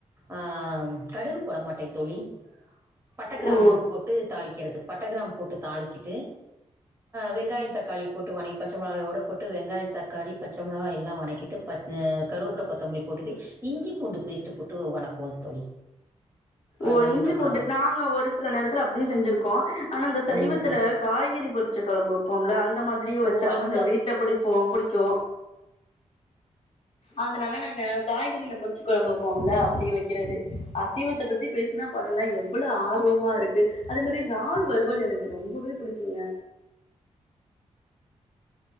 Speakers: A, on the right (about 20°); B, on the left (about 55°).
A: அ கடுகு போடமாட்டே தோழி பட்ட கிராம்
B: ஓ
A: போட்டு தாளிக்கிறது பட்ட கிராம் போட்டு தாளிச்சுட்டு வெங்காய தக்காளி போட்டு வணக் பச்ச மெளகாயோட போட்டு வெங்காய தக்காளி பச்ச மொளக எல்லா வணக்கிட்டு பச்ச கருவேப்பில கொத்தமல்லி போட்டுட்டு இஞ்சி பூண்டு பேஸ்ட்டு போட்டு வணக்குவோ தோழி
B: ஓ
A: அந்த முட்டை
B: இஞ்சி பூண்டு
A: குழம்புக்கு.
B: நாங்க ஒரு சில நேரத்துல அப்டியு செஞ்சிருக்கோ ஆனா அந்த சைவத்துல
A: ம்.
B: காய்கறி பொரிச்ச கொழம்பு வப்போம்ல அந்த மாதிரி வச்சா
A: ஓ! அந்த
B: கொஞ்ச வீட் ல புடிப்போ புடிக்கு அதனால நாங்க காய்கறில பொரிச்சு கொழம்பு வப்போம்ல அப்டி வைக்கிறது அசைவத்த பத்தி பேசுனா பாருங்கள எவ்வள ஆர்வமா இருக்கு அதே மாரி றால் வறுவல் எனக்கு ரொம்பவே புடிக்குங்க